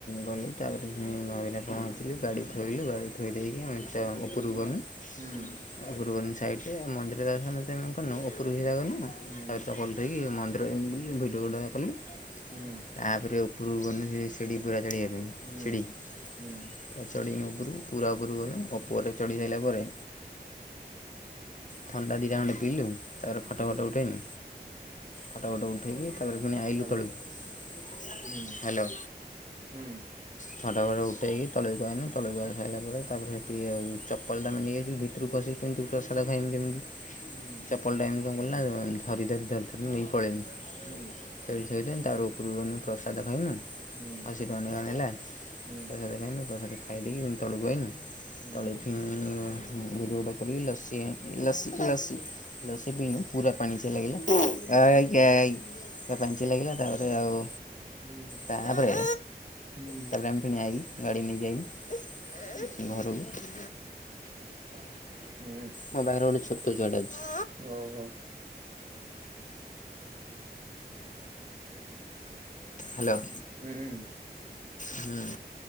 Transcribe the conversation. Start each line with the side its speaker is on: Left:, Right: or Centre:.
Left: ଗଲୁ ତାପରେ ମହାବିନାୟକ ପହଞ୍ଚିଲୁ ଗାଡ଼ି ଥୋଇଲୁ ଗାଡ଼ି ଥୋଇ ଦେଇକି ଆମେ ଉପରକୁ ଗଲୁ।
Right: ହୁଁ।
Left: ତାପୁରୁକୁ ଗନୁ ସାଇଟରେ ମନ୍ଦିର ଦର୍ଶନ କନୁ ଉପରୁକୁ ସିଧାଗନୁ ତାପରେ
Right: ହୁଁ
Left: ଚପଲ ଥୋଇକି ମନ୍ଦିର ଏମିତି ବୁଲିଲୁ ଭିଡ଼ିଓ ଗୁଡ଼ା କଲି।
Right: ହୁଁ।
Left: ତାପରେ ଉପରକୁ ଗନୁ ଶିଡି ପୁରା ଚଢ଼ିବା ପାଇଁ
Right: ହୁଁ
Left: ଶିଡି ପୁରା
Right: ହୁଁ
Left: ଚଢ଼ିଗନୁ ଉପରକୁ ପୂରା ଉପରକୁ ଗନୁ ଉପରେ ଚଢ଼ି ସାରିଲା ପରେ ଥଣ୍ଡା ଦିଇଟା ଖଣ୍ଡେ ପିଇଲୁ ତାପରେ ଫଟୋ ଫଟୋ ଉଠେଇନୁ। ଫଟ ଫଟ ଉଠେକି ତାପରେ ଫୁଣି ଆଇଲୁ
Right: ହାଲୋ
Left: ତଳୁକୁ ହ୍ୟାଲୋ।
Right: ହୁଁ ହୁଁ।
Left: ଫଟ ଫୋଟୋ ଉଠେଇକି ତଳକୁ ଆଇଲୁ ତଳକୁ ଆଇସାଇଲା ପରେ ତାପରେ ସେଠି ଆଉ ଚପ ପଲ ତ ଆମେ ନେଇଯାଇଥିଲୁ ଭିତରୁ କୁ ପଶିକି କେମତି ପ୍ରସାଦ ଖାଇବୁ କେମିତି।
Right: ହୁଁ।
Left: ଚପଲ ଟା ଏମିତି କଣ କଲିନା ଧରି ଧରି ଧରି ଧରି ନେଇକି ପଳେଇନି।
Right: ହୁଁ।
Left: ସେଇଠି ଥୋଇଦେନି ତାପରେ ଉପରକୁ ଗନୁ ପ୍ରସାଦ ଖାଇନୁ।
Right: ହୁଁ
Left: ଅଶି ଟଙ୍କା ନେଖା ନେଲା
Right: ହୁଁ
Left: ପ୍ରସାଦ ଖାଇନୁ ପ୍ରସାଦ ଖାଇଦେଇକି ଫୁଣି ତଳକୁ ଆଇନୁ
Right: ହୁଁ
Left: ତଳେ ଫିଇ ଇଁ ବି ରୋଡ଼ କରି ଲସି ଲସି ଲସି ଲସି ପିଇଲୁ ପୁରା ପାଣି ଚିଆଁ ଲାଗିଲା ଏଇକ ଏଇକ ପୁରା ପାଣିଚିଆ ଲାଗିଲା ତାପରେ ଆଉ
Right: ହୁଁ।
Left: ତାପରେ
Right: ହୁଁ।
Left: ତାପରେ ଆମେ ଫେଣି ଆଇଲୁ ଗାଡ଼ି ନେଇକି ଆଇଲୁ ଘରକୁ
Right: ହୁଁ।
Left: ମୋ ପାଖରେ ଗୋଟେ ଛୋଟ ଛୁଆ ଟେ ଅଛି।
Right: ଓହୋ।
Left: ହାଲୋ।
Right: ହୁଁ।
Left: ହୁଁ